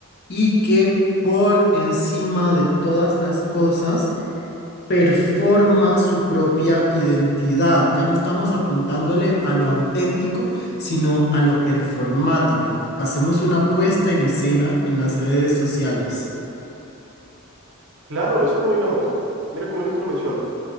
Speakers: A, on the left; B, on the right.
A: y que por encima de todas las cosas performa su propia identidad. Ya no estamos apuntándole a lo auténtico, sino a lo performático. Hacemos una puesta en escena en las redes sociales.
B: Claro, es como digamos, mira como yo te lo menciono.